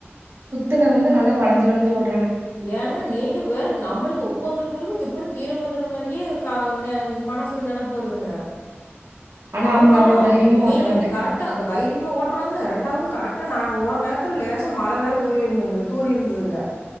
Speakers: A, on the right; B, on the left.
A: த்துல வந்து நல்லா வலஞ்சு வலஞ்சு ஓட்
B: ஏங்க நீங்க வேற நம்முளுக்கு ஒக்கோந்துருக்கவுங்ளுக்கு திப்புனு கீழ விழுந்தர்ற மரியே க ந மனசுல நெனப்பு வருதுங்க
A: ஆனா
B: அவுங்கானா
A: அவங்க அவ்ளோ தைரியமா
B: நீங்கம்
A: ஓட்றாங்க
B: கரெக்டா க தைரிய மா ஓட்றாங்க ரெண்டாவது கரெக்டா நாங்க வொர நேரத்தில லேசா மழ வேற தூரி இருந்துங்கு தூரி இருந்துதுங்க